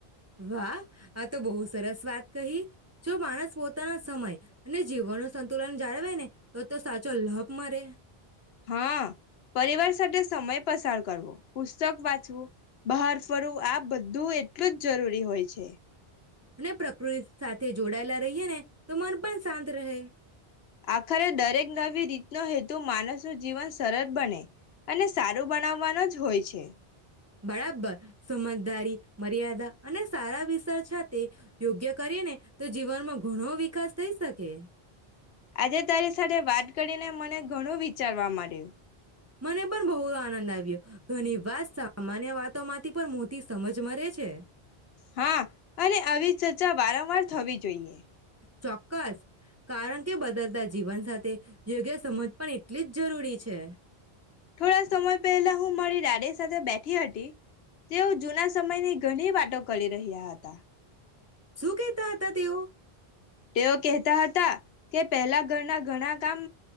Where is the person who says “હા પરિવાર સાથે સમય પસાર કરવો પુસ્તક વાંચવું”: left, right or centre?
Left